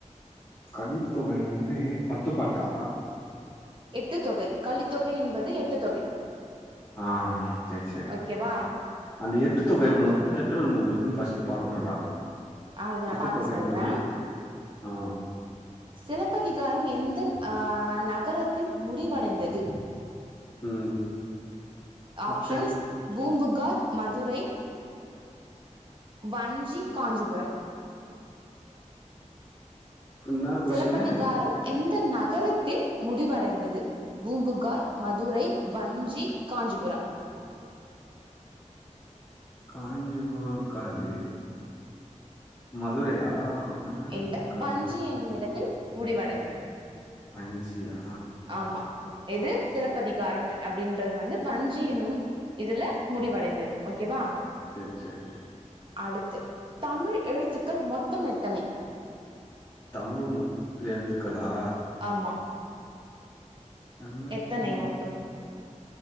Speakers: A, on the left; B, on the right.
A: கழித்தொகை வந்து பத்து பாட்டா
B: எட்டு தொகை களித்தொகை என்பது எட்டு தொகை
A: ஆ சேரி சேரி
B: ஓகேவா
A: அந்த எட்டு தொகைல
B: அ-
A: மொத்த எத்தன நூல் இருக்குன்னு ஃபர்ஸ்ட் பாக்கணும்டா
B: அத
A: எட்டு
B: பாத்து
A: தொகை
B: சொல்றேன்
A: நூலு ஆ
B: சிலப்பதிகாரம் எந்த ஆ நகரத்தில் முடிவடைந்தது
A: ம்
B: ஆப்ஷன்ஸ்
A: ஆப்ஷன்
B: பூம்புகார் மதுரை வஞ்சி காஞ்சிபுரம்
A: என்னா கொஸ்டினு
B: சிலப்பதிகாரம் எந்த நகரத்தில் முடிவடைந்தது பூம்புகார் மதுரை வஞ்சி காஞ்சிபுரம்
A: காஞ்சிபுரம் இருக்காது மதுரையா மதுரை இருக்காதுடா
B: இல்ல வஞ்சி என்னும் இடத்தில் முடிவடைந்தது
A: வஞ்சியா
B: ஆமா எது சிலப்பதிகாரம் அப்படின்றது வந்து வஞ்சி எனும் இதுல முடிவடைந்தது ஓகேவா
A: சேர் சேர்
B: அடுத்து தமிழ் எழுத்துக்கள் மொத்தம் எத்தனை
A: தமிழ் முத் எழுத்துக்களா
B: ஆமா
A: எண்ணூத்தி
B: எத்தனை
A: முப்பத்தி
B: மொத்தம்?